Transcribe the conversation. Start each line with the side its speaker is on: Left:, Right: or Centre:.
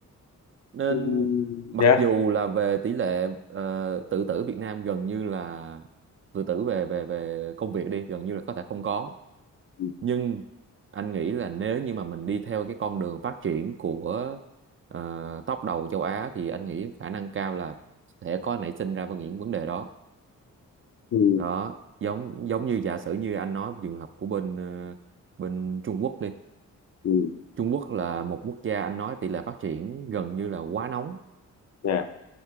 Right: nên
Left: ừ,
Right: mặc
Left: dạ
Right: dù là về tỷ lệ ờ, tự tử Việt Nam gần như là tự tử về về về công việc đi gần như là có thể không có
Left: ừ,
Right: nhưng anh nghĩ là nếu như mà mình đi theo cái con đường phát triển của ờ, top đầu châu Á thì anh nghĩ khả năng cao là sẽ có nảy sinh ra những vấn đề đó
Left: ừ,
Right: đó giống giống như giả sử như anh nói trường hợp của bên ờ, bên Trung Quốc đi
Left: ừ,
Right: Trung Quốc là một quốc gia anh nói tỷ lệ phát triển gần như là quá nóng
Left: dạ